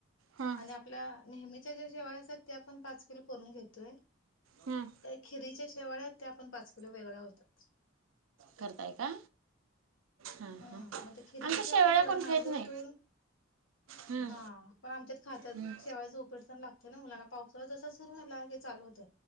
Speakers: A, on the right; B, on the left.
A: हं,
B: आणि आपल्या नेहमीच्या ज्या शेवा असात त्या पण पाच ून घोय
A: हं.
B: खिरीच्या शेवाळ्या त्या होतात.
A: करताय का हां
B: हम्
A: हां
B: म्हणजे खेरीच्या
A: आमच्या
B: शिवाय
A: शेवाळ्या
B: थोडा
A: कोण
B: माजवर
A: खात नाही
B: ठेवून
A: हं,
B: हा पण आमच्यात खातात
A: हं,
B: शेवाय झोपेडचाण लागत ना मुलांना पाऊस जसा सुरु झाला चालू होत